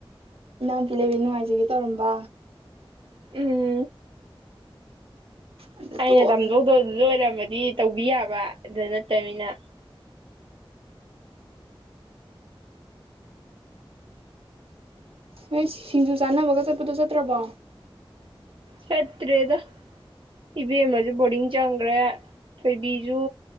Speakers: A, on the right; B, on the right.
A: ꯏꯅꯥꯎꯄꯤ ꯂꯩꯕꯤ ꯅꯨꯡꯉꯥꯏꯖꯒꯦ ꯇꯧꯔꯝꯕ
B: ꯎꯝ
A: ꯑꯗ ꯇꯣꯛꯑꯕꯅꯦ
B: ꯑꯩꯅ ꯇꯝꯗꯧꯗꯗꯨ ꯂ ꯑꯣꯏꯔꯝꯃꯗꯤ ꯇꯧꯕꯤ ꯌꯥꯕ ꯑꯗꯨ ꯅꯠꯇꯕꯅꯤꯅ
A: ꯍꯣꯏ ꯁꯤꯡꯖꯨ ꯆꯥꯅꯕꯒ ꯆꯠꯄꯗꯣ ꯆꯠꯇ꯭ꯔꯕꯣ
B: ꯐꯇꯔꯦꯗ ꯏꯕꯦꯝ ꯑꯃꯁꯨ ꯕꯣꯔꯗꯤꯡ ꯆꯪꯈ꯭ꯔꯦ ꯊꯣꯏꯕꯤꯁꯨ